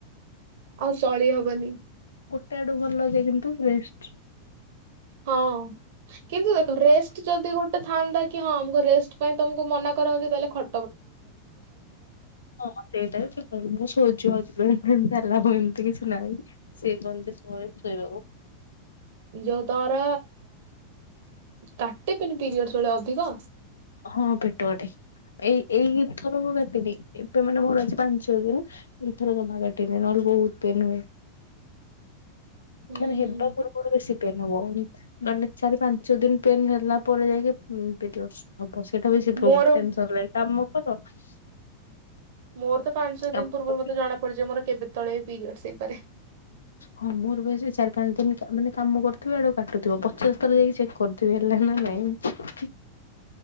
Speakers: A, on the right (about 55°); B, on the left (about 70°).
A: ଆଉ ଚଳି ହବନି।
B: ଗୋଟେ ଆଡୁ ଭଲ ଯେ କିନ୍ତୁ ରେଷ୍ଟ।
A: ହଁ କିନ୍ତୁ ଦେଖ ରେଷ୍ଟ ଯଦି ଗୋଟେ ଥାଆନ୍ତା କି ହଁ ଆମକୁ ରେଷ୍ଟ ପାଇଁ ତମକୁ ମନା କରା ହଉଛି ତାହେଲେ ଖ
B: ହଁ ସେଇଟା ବି ଠିକ କହିଲି ମୁଁ ଶୋଉଛି ଆଜି ଗ୍ରିଲ୍ ଫିଲ ତାଲା ପକେଇବି ଏମିତି କିଛି ନାଇଁ ସେ କହନ୍ତି ସମୟ ଶୋଇବାକୁ।
A: ଯୋଉ ତମର କାଟେ କିନ୍ତୁ ପିରିୟଡ଼ସ ବେଳେ ଅଧିକ?
B: ହଁ ପେଟ କାଟେ ଏଇ ଏଇ ଥର ମୋ କାଟିନି ଏବେ ମାନେ ମୋର ଆଜି ପାଞ୍ଚ ଛଅ ଦିନ ଏଇଥର ଜମା କାଟିନି ନହେଲେ ବହୁତ ପେନ୍ ହୁଏ।
A: ହୁଁ
B: ମାନେ ହେବା
A: ହୁଁ
B: ପୂର୍ବରୁ ବେଶୀ ପେନ୍ ହବ ମାନେ ଚାରି ପାଞ୍ଚ ଦିନ ପେନ୍ ହେଲା ପରେ ଯାଇକି ପିରିୟଡସ ହବ ସେ। ସେଟା ବେଶୀ ପ୍ରୋ
A: ମୋର
B: ଟେନସନ ଲାଗେ କାମ <unintelligible>
A: ମୋର ତ ପାଞ୍ଚ ଛଅ
B: କାମ
A: ଦିନ ପୂର୍ବରୁ
B: କରିବି
A: ମତେ ଜଣା ପଡିଯିବ ମୋର କେବେ କେତବଳେ ପିରିୟଡସ ହେଇପାରେ?
B: ହଁ ମୋର ବା ସେଇ ଚାରି ପାଞ୍ଚ ଦିନ ମାନେ କାମ କରୁଥିବି ଆଡୁ କାଟୁଥିବ ପଚାଶ ଥର ଯାଇକି ଚେକ୍ କରୁଥିବି ହେଲା ନା ନାଇଁ?